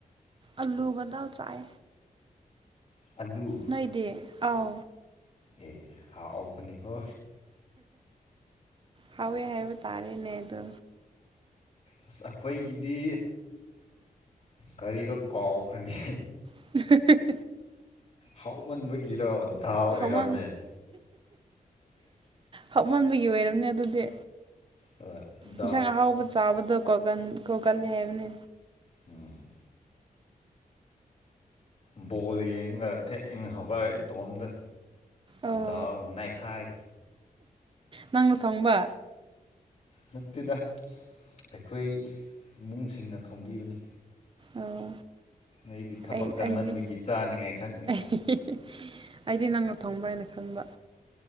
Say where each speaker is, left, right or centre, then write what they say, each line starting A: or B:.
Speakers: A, on the right; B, on the left.
A: ꯑꯂꯨꯒ ꯗꯥꯜ ꯆꯥꯏ
B: ꯑꯂꯨ
A: ꯅꯣꯏꯗꯤ ꯑꯥꯎ
B: ꯑꯦ ꯍꯥꯥꯎꯕꯅꯤꯀꯣ
A: ꯍꯥꯎꯋꯦ ꯍꯥꯏꯕ ꯇꯥꯔꯦꯅꯦ ꯑꯗꯣ
B: ꯑꯁ ꯑꯩꯈꯣꯏꯒꯤꯗꯤ ꯀꯔꯤꯔꯣ ꯀꯥꯎꯈ꯭ꯔꯦꯅꯦ
A: <unintelligible>
B: ꯍꯥꯎꯃꯟꯕꯒꯤꯔꯣ ꯗꯥꯎ ꯑꯣꯏꯔꯝꯃꯦ
A: ꯍꯥꯎꯃꯟ ꯍꯥꯎꯃꯟꯕꯒꯤ ꯑꯣꯏꯔꯝꯅꯤ ꯑꯗꯨꯗꯤ
B: ꯍꯣꯏ ꯎꯝ
A: ꯏꯟꯁꯥꯡ ꯑꯍꯥꯎꯕ ꯆꯥꯕꯗ ꯀꯣꯒꯜ ꯀꯣꯒꯜꯂꯦ ꯍꯥꯏꯕꯅꯦ
B: ꯎꯝ ꯕꯣꯜ ꯌꯦꯡꯉꯒ ꯊꯦꯡꯅ ꯍꯧꯒꯠꯑꯦ ꯏꯇꯣꯝꯇ
A: ꯑꯣ
B: ꯗꯔ ꯅꯩꯈꯥꯏ
A: ꯅꯪꯅ ꯊꯣꯡꯕ
B: ꯅꯠꯇꯦꯗ ꯑꯩꯈꯣꯏ ꯏꯃꯨꯡꯁꯤꯡꯅ ꯊꯣꯡꯕꯤꯕꯅꯤ
A: ꯑꯣ
B: ꯑꯩꯗꯤ ꯊꯕꯛ
A: ꯑꯩ
B: ꯀꯟꯃꯟꯕꯒꯤ
A: ꯑꯩꯗꯤ
B: ꯆꯥꯅꯤꯡꯉꯥꯏ ꯈꯛꯅꯤ
A: <unintelligible> ꯑꯩꯗꯤ ꯅꯪꯅ ꯊꯣꯡꯕ꯭ꯔꯥ ꯍꯥꯏꯅ ꯈꯟꯕ